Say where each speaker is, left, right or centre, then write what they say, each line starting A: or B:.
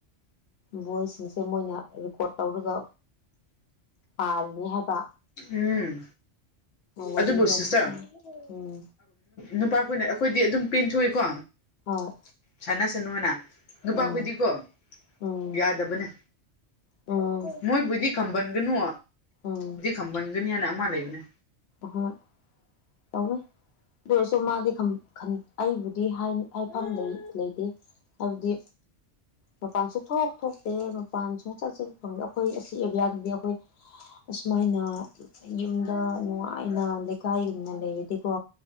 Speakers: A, on the left; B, on the left.
A: ꯚꯣꯏꯁꯁꯤꯡꯁꯦ ꯃꯣꯏꯅ ꯔꯦꯀꯣꯔꯠ ꯇꯧꯔꯒ ꯄꯥꯜꯅꯤ ꯍꯥꯏꯕ
B: ꯎꯝ
A: ꯋꯥꯔꯤꯗꯣ
B: ꯑꯗꯨꯕꯨ ꯁꯤꯁꯇ꯭ꯔ
A: ꯎꯝ
B: ꯅꯨꯄꯥ ꯀꯨꯏꯅ ꯑꯩꯈꯣꯏꯗꯤ ꯑꯗꯨꯝ ꯄꯦꯟꯊꯣꯛꯏꯀꯣ
A: ꯍꯣꯏ
B: ꯁꯥꯟꯅꯁꯅꯨꯅ ꯅꯨꯄꯥꯈꯨꯏꯗꯤꯀꯣ
A: ꯎꯝ ꯎꯝ
B: ꯌꯥꯗꯕꯅꯦ
A: ꯎꯝ
B: ꯃꯣꯏꯕꯨꯗꯤ ꯈꯝꯕꯟꯒꯅꯨ
A: ꯎꯝ
B: ꯈꯥꯝꯃꯟꯒꯅꯤ ꯍꯥꯏꯅ ꯑꯃ ꯂꯩꯕꯅꯦ
A: ꯍꯣꯏ ꯇꯝꯃꯦ ꯑꯗꯨꯔꯁꯨ ꯃꯥꯗꯤ ꯑꯩꯕꯨꯗꯤ ꯍꯥꯏꯐꯝ ꯂꯩꯇꯦ ꯍꯥꯢꯕꯗꯤ ꯃꯄꯥꯟ ꯁꯨꯊꯣꯛ ꯊꯣꯛꯇꯦ ꯃꯄꯥꯟ ꯁꯨꯡꯆꯠ ꯆꯠ ꯐꯪꯗꯦ ꯑꯩꯈꯣꯏ ꯑꯁꯤ ꯑꯦꯔꯤꯌꯥꯗꯗꯤ ꯑꯩꯈꯣꯏ ꯑꯁꯨꯃꯥꯏꯅ ꯌꯨꯝꯗ ꯅꯨꯡꯉꯥꯏꯅ ꯂꯩꯀꯥꯏꯒꯨꯝꯅ ꯂꯩꯔꯗꯤꯀꯣ